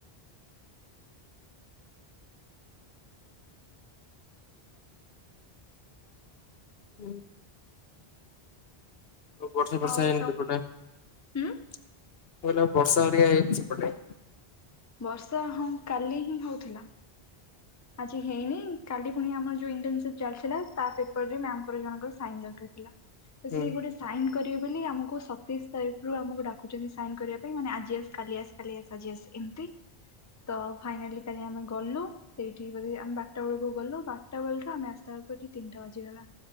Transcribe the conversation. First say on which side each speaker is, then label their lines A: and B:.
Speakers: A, on the left; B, on the left.
A: ହୁଁ। ବର୍ଷା ଫର୍ଷା
B: ଆଉ
A: ହେଇନି
B: ତ
A: ସେପଟେ ମୁଁ
B: ହୁଁ
A: କହିଲି ଆଉ ବର୍ଷା ଘରିଅ ହେଇନି ସେପଟେ।
B: ବର୍ଷା ହଁ କାଲି ହିଁ ହଉଥିଲା। ଆଜି ହେଇନି କାଲି ପୁଣି ଆମର ଯୋଉ ଇଣ୍ଟସି ଚାଲିଥିଲା ତା ପେପର ରେ ମ୍ୟାମଙ୍କର ଜଣଙ୍କର ସାଇନ ଦରକାର ଥିଲା। ତ
A: ହୁଁ
B: ସିଏ ଗୋଟେ ସାଇନ୍ କରିବେ ବୋଲି ଆମକୁ ସତେଇଶ ତାରିଖରୁ ଆମକୁ ଡାକୁଚଛନ୍ତି ସାଇନ୍ କରିବା ପାଇଁ ମାନେ ଆଜି ଆସ କାଲି ଆସ କାଲି ଆସ ଆଜି ଆସ। ଏମତି ତ ଫାଇନାଲି କାଲି ଆମେ ଗଲୁ। ସେଇଠି ବୋଧେ ଆମ ବାରଟା ବେଳକୁ ଗଲୁ ବାରଟା ବେଳଠୁ ଆମେ ଆସିଲା ବେଳକୁ ଏଠି ତିନିଟା ବାଜିଗଲା।